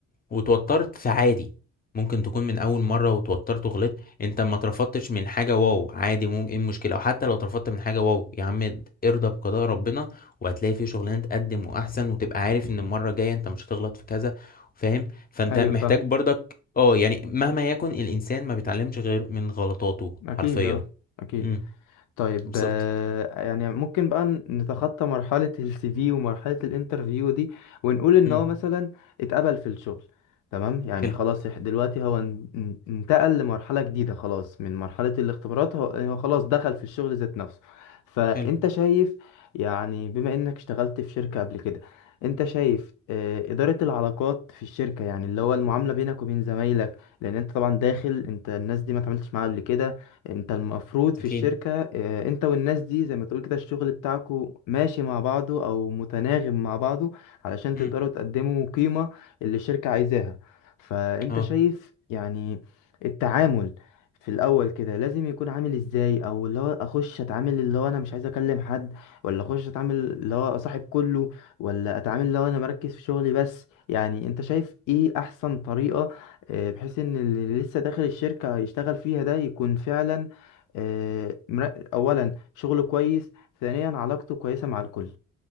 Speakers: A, on the left; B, on the left.
A: وتوترت فعادي ممكن تكون من اول مره وتوترت وغلطت انت ما اترفضتش من حاجه واو عادي ممكن ايه المشكله او حتى لو اترفضت من حاجه واو يا عم ارضى بقضاء ربنا وهتلاقي في شغلانه تقدم واحسن وتبقى عارف ان المره الجايه انت مش هتغلط في كذا فاهم فانت
B: ايوه
A: محتاج
B: فاهم
A: برضك اه يعني مهما يكن الانسان ما بيتعلمش غير من غلطاته
B: اكيد
A: حرفيا
B: اه اكيد
A: امم
B: طيب
A: بالظبط
B: آه، يعني ممكن بقى نتخطى مرحلة السي في ومرحلة الانترفيو دي ونقول ان
A: امم
B: هو مثلا اتقبل في الشغل تمام يعني
A: حلو
B: خلاص إح- دلوقتي هو ان- ان- انتقل لمرحلة جديدة خلاص من مرحلة الاختبارات هو هو خلاص دخل في الشغل ذات نفسه فانت
A: حلو
B: شايف يعني بما انك اشتغلت في شركة قبل كده انت شايف آه، إدارة العلاقات في الشركة يعني اللي هو المعاملة بينك وبين زمايلك لأن انت طبعا داخل انت الناس دي ما اتعاملتش معاها قبل كده انت المفروض في
A: اكيد
B: الشركة اه، انت والناس دي زي ما تقول كده الشغل بتاعكو ماشي مع بعضه او متناغم مع بعضه علشان تقدروا
A: امم
B: تقدموا قيمة اللي الشركة عايزاها فانت
A: اه
B: شايف يعني التعامل في الاول كده لازم يكون عامل ازاي او اللي هو اخش اتعامل اللي هو انا مش عايز اكلم حد ولا اخش اتعامل اللي هو اصاحب كله ولا اتعامل اللي هو انا مركز في شغلي بس يعني انت شايف ايه احسن طريقة آه، بحيث ان اللي لسه داخل الشركة يشتغل فيها ده يكون فعلا آه، مرا- اولا شغله كويس ثانيا علاقته كويسة مع الكل